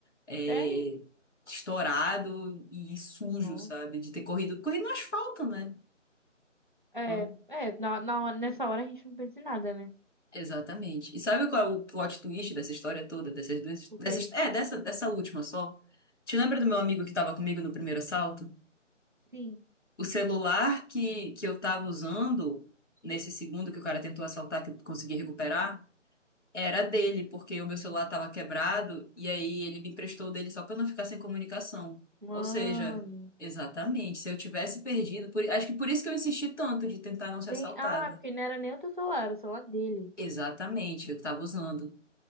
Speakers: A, on the left; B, on the right.
A: é,
B: É,
A: estourado e sujo,
B: nossa.
A: sabe? De ter corrido, corrido no asfalto, né?
B: É,
A: Então,
B: é, na, na, nessa hora a gente não pensa em nada, né?
A: exatamente. E sabe qual é o plot twist dessa história toda, dessas duas,
B: O
A: dessas,
B: quê?
A: é, dessa, dessa última só? Te lembra do meu amigo que tava comigo no primeiro assalto?
B: Sim.
A: O celular que, que eu tava usando nesse segundo que o cara tentou assaltar, que eu consegui recuperar? Era dele, porque o meu celular estava quebrado e aí ele me emprestou o dele só para não ficar sem comunicação.
B: Mano.
A: Ou seja, exatamente, se eu tivesse perdido, por- acho que por isso que eu insisti tanto de tentar não ser
B: Gente,
A: assaltada.
B: ah, porque não era nem o teu celular, era o celular dele.
A: Exatamente, eu estava usando.